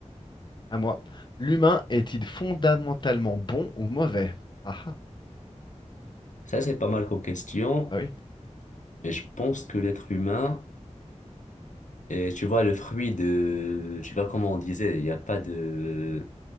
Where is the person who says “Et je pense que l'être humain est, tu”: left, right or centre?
Left